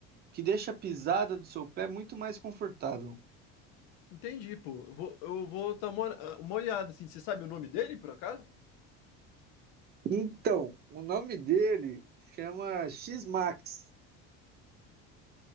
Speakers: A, on the right; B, on the left.
A: que deixa a pisada do seu pé muito mais confortável.
B: Entendi, pô. Eu vou, eu vou dar uma, ah, uma olhada, assim. Você sabe o nome dele, por acaso?
A: Então, o nome dele chama X-Max,